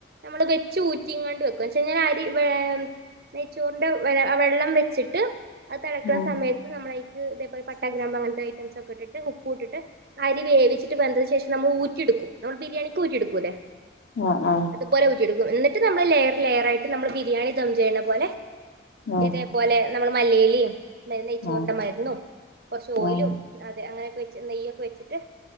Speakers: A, on the right; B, on the left.
A: നമ്മള് വെച്ച് ഊറ്റിംങ്ങാണ്ട് വെക്കും. എന്ന് വെച്ചയിഞ്ഞാല് അരി വേ നെയ്ച്ചോറിന്റെ വെ വെള്ളം വെച്ചിട്ട് അത് തെളക്ക്ണ
B: ഉം
A: സമയത്ത് നമ്മളയ്ക്ക് ഇതേപോലെ പ പട്ട ഗ്രാമ്പുഅങ്ങനത്തെ ഐറ്റംസ് ഒക്കെ ഇട്ടിട്ട് ഉപ്പും ഇട്ടട്ട് അരി വേവിച്ചിട്ട് വെന്തന് ശേഷം നമ്മൾ ഊറ്റിയെടുക്കും നമ്മൾ ബിരിയാണിക്ക് ഊറ്റി എടുക്കു ല്ലെ
B: അഹ് അഹ്
A: അതുപോലെ ഊറ്റിയെടുക്കും എന്നിട്ട് നമ്മൾ ലെയർ ലെയർ ആയിട്ട് നമ്മൾ ബിരിയാണി ദം ചെയ്യുന്ന പോലെ
B: ആഹ്
A: ഇതേ പോലെ നമ്മൾ മല്ലിയിലയും മരന്ന് നെയ്ച്ചോരുടെ
B: ആഹ്
A: മരുന്നു കുറച്ച് ഓയിലും
B: ആഹ്
A: അത അങ്ങനെയൊക്കെ വെച്ച് നെയ്യ ഒക്കെ വെച്ചിട്ട്